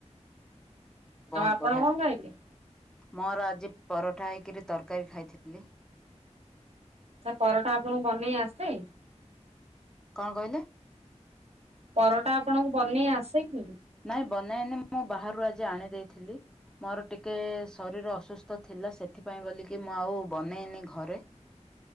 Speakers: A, in the centre; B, on the right.
A: ବହୁତ
B: ଆଉ ଆପଣ
A: ବଢିଆ।
B: କଣ ଖାଇଲେ?
A: ମୋର ଆଜି ପରଠା ହେଇକିରି ତରକାରୀ ଖାଇଥିଲି।
B: ସେ ପରଟା ଆପଣଙ୍କୁ ବନେଇ ଆସେ।
A: କଣ କହିଲେ?
B: ପରଟା ଆପଣଙ୍କୁ ବନେଇ ଆସେ କି।
A: ନାଇଁ ବନାଏନି। ମୁଁ ବାହାରୁ ଆଜି ଆଣି ଦେଇଥିଲି। ମୋର ଟିକେ ଶରୀର ଅସୁସ୍ଥ ଥିଲା ସେଥିପାଇଁ ବୋଲିକି ମୁଁ ଆଉ ବନେଇନି ଘରେ।